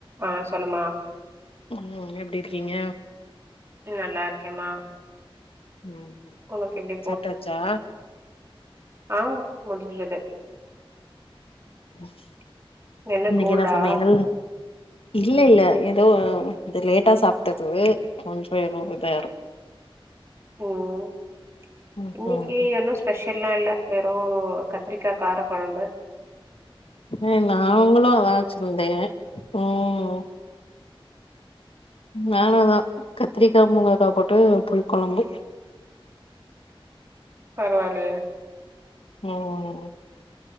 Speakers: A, on the right; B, on the left.
A: ஆஹ் சொல்லுமா
B: உம் எப்படி இருக்கீங்க
A: நல்லா இருக்கேம்மா
B: உம்
A: உனக்கு எப்டி
B: சாப்டாச்சா
A: ஆஹ் முடிஞ்ச்சது
B: <unintelligible>
A: என்ன
B: இன்னைக்கு
A: கோல்டா
B: சமையல் இல்ல இல்ல ஏதோ வந்து லேட்டா சாப்பிட்டது கொஞ்சோ எதுவும் இதா இருக்கு
A: உம்
B: ம்
A: இன்னைக்கு என்ன ஸ்பெஷ பெஷல்லா இல்ல வெறும் கத்திரிக்கா கார குழம்பு
B: ஏ நாங்களு <unintelligible> உம் நானும்தா கத்திரிக்கா முங்கக்கா போட்டு புளி குழம்பு
A: பரவாயில்லையே
B: உம்ம்ம்